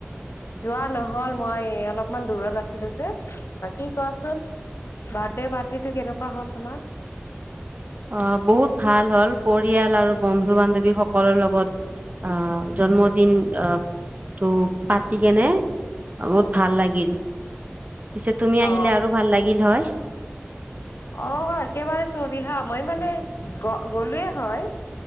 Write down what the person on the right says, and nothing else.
আহ বহুত ভাল হল পৰিয়াল আৰু বন্ধু বান্ধৱী সকলৰ লগত আহ জন্মদিন আহ তো পাতি কেনে বহুত
ভাল লাগিল। পিছে তুমি আহিলে
আৰু ভাল লাগিল হয়।